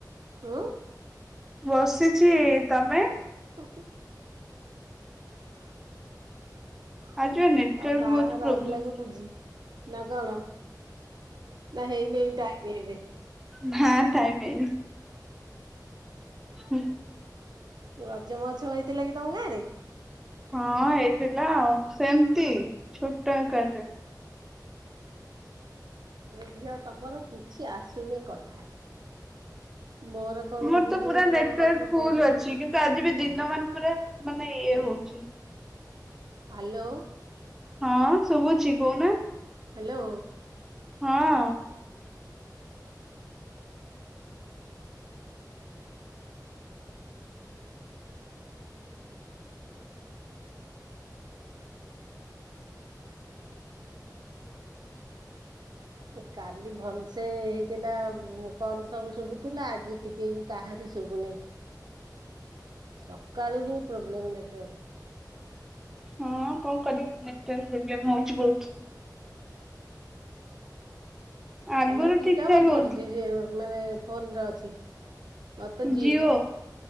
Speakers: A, on the right; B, in the centre.
A: ହୁଁ।
B: ବସିଚି। ତମେ?
A: <inaudible>
B: ଆଜି ବା ନେଟୱାର୍କ
A: ଆଉ ବାହାଘର
B: ବହୁତ ପ୍ରୋବ୍ଲେମ
A: ଆଗିଲାକୁ ହଉଚି। ନା କଣ ନା ହେଇ ନେଇ ଟାଇମି ଏବେ?
B: ନାଁ ଟାଇମ୍ ହେଇନି। ହୁଁ।
A: ରଜ ମହୋତ୍ସବ ହେଇଥିଲା କି ତମ ଗାଁ ରେ?
B: ହଁ ହେଇଥିଲା ଆଉ ସେମିତି ଛୋଟ ଆକାରରେ।
A: ଏ ଝିଅ ତମର କିଛି ଆସୁନି କଥା ମୋର କଣ
B: ମୋର
A: ହଉଛି
B: ତ
A: କେଜାଣି
B: ପୁରା ନେଟୱାର୍କ
A: ତମ ପାଖକୁ
B: ଫୁଲ୍
A: ପହଞ୍ଚୁଛି।
B: ଅଛି କିନ୍ତୁ ଆଜି ବି ଦିନ ମାନ୍ ପୁରା ମାନେ ଇଏ ହଉଚି।
A: ହାଲୋ।
B: ହଁ ଶୁବୁଚି କହୁନା।
A: ହାଲୋ।
B: ହଁ।
A: <inaudible> ଏ କାଲି ଭଲ୍ ସେ ହେଇଥିଲା କଲ୍ ସବୁ ଶୁବୁଥିଲା ଆଜି ଟିକେ ବି କାହାରି ଶୁବୁନେଇ ସକାଳୁ ହିଁ ପ୍ରୋବ୍ଲେମ୍ ନେଟୱାର୍କ।
B: ହଁ କଣ କରିବା ନେଟୱାର୍କ୍ ପ୍ରୋବ୍ଲେମ୍ ହଉଚି ବହୁତ୍। ଆଗରୁ
A: ତମର କି
B: ଠିକ
A: ଟାୱାର୍
B: ଠାକ
A: ପଡିଚି
B: ହଉଥିଲା
A: ସେ ମାନେ ଫୋନ୍ ରେ ଅଛି? ମୋର ତ
B: ଜିଓ